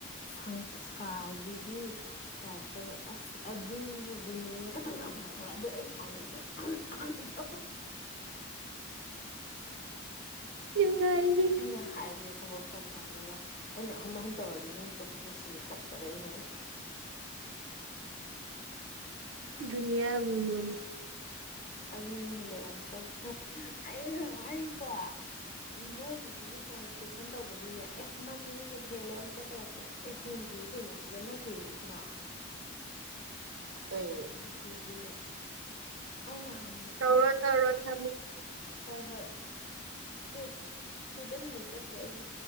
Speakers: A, on the left; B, on the right.
A: ꯁꯪꯁꯀꯥꯔꯤ ꯑꯩꯒꯤ ꯇꯥꯏꯞꯇꯒ ꯑꯁ ꯑꯗꯨ ꯑꯗꯨꯅꯦ ꯀꯇꯧꯔꯛꯄꯅꯣ ꯈꯪꯕ꯭ꯔꯥ ꯑꯗꯣ ꯑꯩ ꯁꯥꯎꯅꯤꯡꯗꯅ ꯑꯍꯝ ꯑꯍꯝ ꯇꯧ
B: ꯅꯨꯡꯉꯥꯏꯔꯤ
A: ꯑꯩꯅ ꯍꯥꯏꯕꯅꯦ ꯈꯪꯕ꯭ꯔꯥ ꯐꯣꯟ ꯊꯝꯒ꯭ꯔꯒ ꯑꯩꯅ ꯑꯍꯝ ꯑꯍꯝ ꯇꯧꯔꯗꯤ ꯅꯪꯒꯤ ꯇꯣꯄꯤꯛꯇꯣ ꯁꯤꯜꯂꯨ ꯄꯛꯇꯕ ꯕꯩꯅꯦ <inaudible>
B: ꯗꯨꯅꯤꯌꯥ ꯑꯃꯥꯃꯝ
A: ꯑꯗꯨꯅꯦ ꯍꯥꯏꯕ ꯌꯥꯝ ꯄꯛꯇꯦ ꯍꯥꯏꯕ ꯑꯩꯅ ꯍꯥꯏꯅꯤꯀꯣ ꯃꯣꯏꯒꯤꯁꯤꯒꯤ ꯇ꯭ꯔꯥꯟꯁꯀ꯭ꯔꯤꯞꯁꯟ ꯇꯧꯕꯒꯤꯅꯦ ꯑꯦ ꯃꯟ ꯃꯤꯅꯤꯠ ꯍꯦꯜꯂꯦ ꯑꯃꯨꯛꯀ ꯇꯧꯔꯛꯀꯦ ꯑꯦ ꯍꯦꯟꯗ꯭ꯔꯤ ꯀꯩꯅꯣꯁꯤꯗꯅ ꯍꯦꯜꯂꯤꯁꯤꯅ
B: ꯀꯩꯅꯣ
A: ꯑꯦ ꯁꯨꯗ꯭ꯔꯤꯅꯦ ꯑꯩ ꯅꯍꯥꯟ
B: ꯇꯧꯔꯣ ꯇꯧꯔꯣ ꯊꯝ
A: ꯍꯣꯏ ꯍꯣꯏ ꯑꯦ ꯁꯣꯏꯗ ꯃꯤꯅꯤꯠ ꯆꯠꯇ꯭ꯔꯦ ꯑꯩꯒꯤ